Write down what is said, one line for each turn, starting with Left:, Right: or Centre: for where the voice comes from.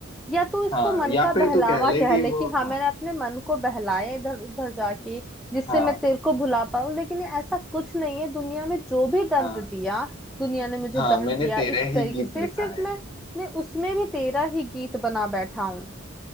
Centre: या तो इसको
Left: हाँ
Centre: मन
Left: या
Centre: का
Left: फिर
Centre: बहलावा
Left: तू कह ले
Centre: कह
Left: कि
Centre: ले
Left: वो
Centre: कि हाँ
Left: हाँ
Centre: मैंने अपने मन को बहलाया इधर उधर जाके जिससे
Left: हाँ
Centre: मैं तेरे को भुला पाऊं लेकिन ये ऐसा कुछ नहीं है दुनिया में जो भी दर्द
Left: हाँ
Centre: दिया दुनिया ने मुझे
Left: हाँ
Centre: दर्द
Left: मैंने
Centre: दिया
Left: तेरे
Centre: इस
Left: ही
Centre: तरीके
Left: गीत
Centre: से
Left: लिखा
Centre: सिर्फ
Left: है
Centre: मैं मैं उसमें भी तेरा ही गीत बना बैठा हूं